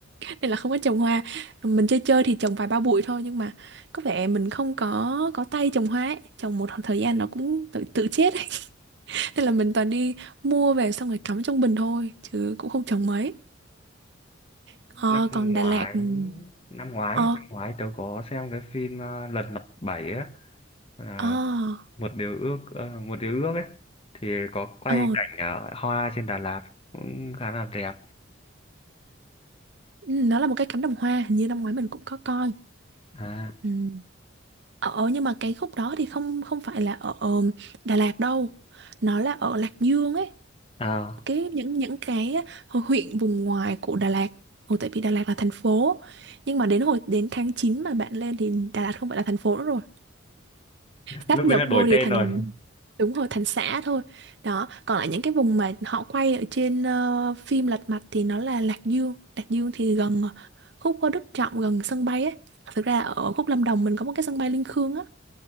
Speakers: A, on the right; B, on the left.
A: nên là không có trồng hoa mình chơi chơi thì trồng vài ba bụi thôi nhưng mà có vẻ mình không có có tay trồng hoa ấy. trồng một thời gian nó cũng tự tự chết ấy. <laughs> nên là mình toàn đi mua về xong rồi cắm trong bình thôi chứ cũng không trồng mấy ờ,
B: Năm ngoái,
A: còn Đà Lạt ừm,
B: năm ngoái,
A: ờ
B: năm ngoái tớ có xem cái phim ờ, Lật Mặt Bảy á, là
A: ờ
B: một điều ước, ờ, một điều ước ấy, thì có quay
A: ờ
B: cảnh ờ, hoa trên Đà Lạt cũng khá là đẹp.
A: ừ, nó là một cái cánh đồng hoa hình như năm ngoái mình cũng có coi
B: À,
A: ừ. ờ ờ, nhưng mà cái khúc đó thì không không phải là ở ờ, Đà Lạt đâu nó là ở Lạc Dương ấy
B: à,
A: cái những những cái hồi huyện vùng ngoài của Đà Lạt Ồ, tại vì Đà Lạt là thành phố nhưng mà đến hồi đến tháng 9 mà bạn lên thì Đà Lạt không phải là thành phố nữa rồi sáp
B: lúc
A: nhập
B: đấy là đổi
A: vô thì
B: tên
A: thành
B: rồi.
A: đúng rồi thành xã thôi đó còn lại những cái vùng mà họ quay ở trên ờ, phim Lật Mặt thì nó là Lạc Dương Lạc Dương thì gần ờ, khúc có Đức Trọng gần sân bay ấy thực ra ở khúc Lâm Đồng mình có một cái sân bay Liên Khương á